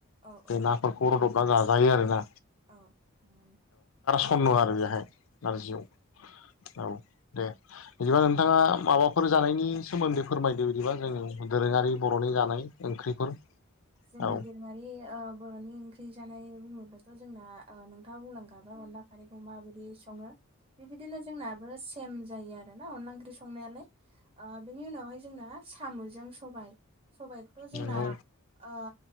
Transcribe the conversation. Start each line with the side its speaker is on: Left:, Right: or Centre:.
Right: औ औ
Left: बे
Right: औ
Left: नाफोरखौ रुदबना जायो आरो ना
Right: औ ओ
Left: खन्न' आरो बेहाय नारजियाव औ दे बिदिबा नोंथाङा माबाफोर जानायनि सोमोन्दै फोरमायदो बिदिबा जोंङो दोरोङारि बर'नि जानाय ओंख्रिफोर
Right: जोंनि
Left: औ
Right: दोरोङारि बर'नि ओंख्रि जानाय बुङोब्लाथ' जोंना नोंथाङा बुंलांखाबाय अनला खारैखौ माबायदि सङो बिबायदिनो जोंनाबो सेम जायो आरो ना अनला ओंख्रि संनायालाय बेनि उनावहाय जोंना साम'जों सबाय सबाय थ' जोंना
Left: नंगौ
Right: औ